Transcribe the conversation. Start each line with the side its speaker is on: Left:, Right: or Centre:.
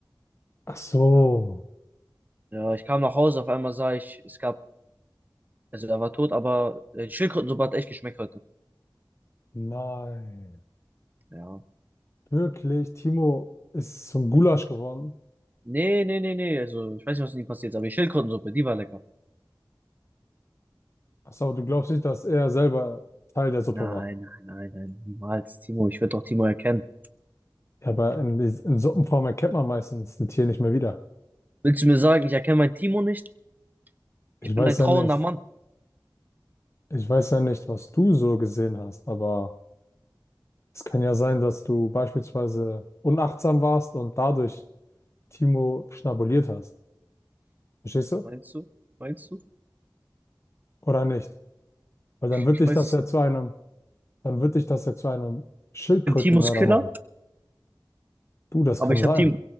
Left: Ach so.
Right: Ja, ich kam nach Hause, auf einmal sah ich, es gab, also er war tot, aber äh, die Schildkrötensuppe hat echt geschmeckt heute.
Left: Nein.
Right: Ja.
Left: Wirklich, Timo ist zum Gulasch geworden.
Right: Nee, nee, nee, nee, also ich weiß nicht, was mit ihm passiert ist, aber die Schildkrötensuppe, die war lecker.
Left: Ach so, du glaubst nicht, dass er selber Teil der Suppe
Right: Nein,
Left: war.
Right: nein, nein, nein, niemals, Timo, ich werde doch Timo erkennen.
Left: Ja, aber in, in Suppenform erkennt man meistens ein Tier nicht mehr wieder.
Right: Willst du mir sagen, ich erkenne meinen Timo nicht?
Left: Ich
Right: Ich
Left: weiß
Right: bin ein
Left: ja
Right: trauernder
Left: nicht.
Right: Mann.
Left: Ich weiß ja nicht, was du so gesehen hast, aber es kann ja sein, dass du beispielsweise unachtsam warst und dadurch Timo schnabuliert hast. Verstehst du?
Right: Meinst du? Meinst du?
Left: Oder nicht? Weil dann wird
Right: Ich
Left: dich
Right: weiß
Left: das
Right: es.
Left: ja
Right: Ich
Left: zu einem, dann wird dich das ja zu einem Schildkrötenmörder
Right: bin Timos Killer?
Left: machen. Du, das
Right: Aber
Left: kann
Right: ich
Left: sein.
Right: habe Timo,